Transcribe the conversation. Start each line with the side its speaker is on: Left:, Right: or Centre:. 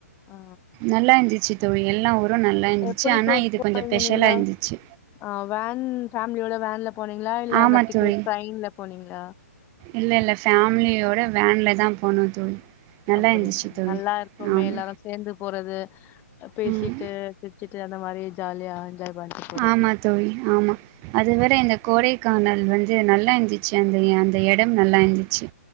Left: ஆ
Right: நல்லா இருஞ்சுச்சு தோழி எல்லா ஊரு நல்லா இருந்துச்சு
Left: எப்டி
Right: ஆனா
Left: தோ
Right: இது
Left: போனீங்க
Right: கொஞ்ச பெஷலா
Left: நீங்க
Right: இருந்துச்சு
Left: ஆ வேன் ஃபேமிலியோட வேன்ல போனீங்களா? இல்ல
Right: ஆமா
Left: அந்த டிக்கெட்
Right: தோழி
Left: ட்ரெயின்ல போனீங்களா?
Right: இல்ல இல்ல ஃபமிலியோ ட வேன்லதா போனோ தோழி நல்லா
Left: அப்படிங்களா
Right: இருந்துச்சு தோழி
Left: நல்லா இருக்குமே
Right: ஆமா
Left: எல்லாரும் சேர்ந்து போறது பேசிட்டு
Right: ம்
Left: சிருச்சிட்டு அந்த மாதிரி ஜாலியா என்ஜாய் பண்ணிட்டு போறது.
Right: ஆமா தோழி ஆமா அது வேற இந்த கோடை க்கானல் வந்து நல்லா இருந்துச்சு அந்த அந்த இடம் நல்லா இருந்துச்சு